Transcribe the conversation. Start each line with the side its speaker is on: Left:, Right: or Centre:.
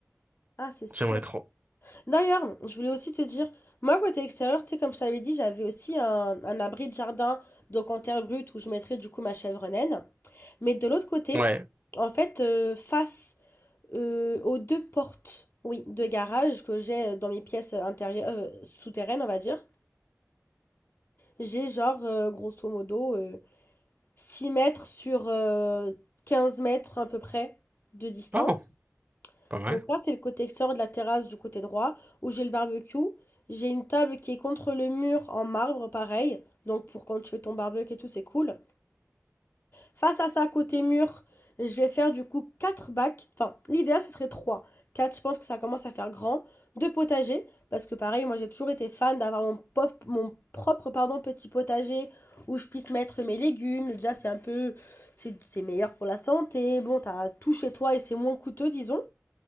Left: Ah, c'est sûr.
Right: J'aimerais trop.
Left: D'ailleurs, je voulais aussi te dire, moi, côté extérieur, tu sais, comme je t'avais dit, j'avais aussi un, un abri de jardin, donc en terre brute, où je mettrais du coup ma chèvre naine. Mais de l'autre côté,
Right: Ouais.
Left: en fait, euh, face euh, aux deux portes, oui, de garage que j'ai euh, dans mes pièces intérieures, euh, souterraines, on va dire, J'ai genre, euh, grosso modo, euh, 6 mètres sur euh, 15 mètres à peu près de distance.
Right: Oh, pas mal.
Left: Donc ça, c'est le côté extérieur de la terrasse du côté droit, où j'ai le barbecue. J'ai une table qui est contre le mur en marbre, pareil. Donc pour quand tu fais ton barbecue et tout, c'est cool. Face à ça, côté mur, je vais faire du coup 4 bacs. Enfin, l'idéal, ce serait 3, 4. je pense que ça commence à faire grand. Deux potagers, parce que pareil, moi j'ai toujours été fan d'avoir mon, mon propre pardon, petit potager où je puisse mettre mes légumes. Déjà, c'est un peu. C'est c'est meilleur pour la santé. Bon, t'as tout chez toi et c'est moins coûteux, disons.